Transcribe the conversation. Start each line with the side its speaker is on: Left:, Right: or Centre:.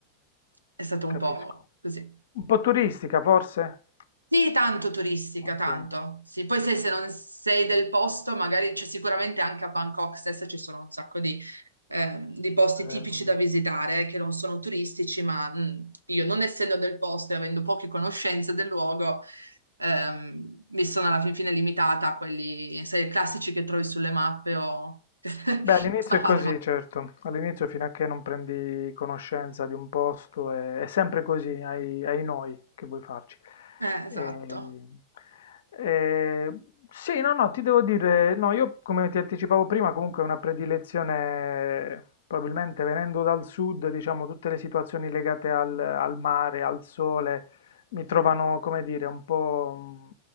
Right: È stato un
Left: capisco.
Right: po' così.
Left: Un po' turistica forse?
Right: Sì, tanto turistica,
Left: Ok,
Right: tanto.
Left: è
Right: Sì, poi sai, se non sei del posto, magari c'è sicuramente anche a Bangkok stessa ci sono un sacco di, eh, di posti
Left: vero,
Right: tipici
Left: è
Right: da
Left: vero.
Right: visitare eh, che non sono turistici, ma mh, io non essendo del posto e avendo poche conoscenze del luogo, ehm, mi sono alla fin fine limitata a quelli, sai, classici che trovi sulle mappe o... <laughs>
Left: Beh, all'inizio
Right: a
Left: è
Right: fare.
Left: così, certo. All'inizio, fino a che non prendi conoscenza di un posto, è, è sempre così, hai, hai noi che vuoi farci.
Right: Eh, esatto.
Left: E- e- sì, no, no, ti devo dire, no, io come ti anticipavo prima, comunque è una predilezione, probabilmente venendo dal sud, diciamo, tutte le situazioni legate al, al mare, al sole, mi trovano, come dire, un po', mm,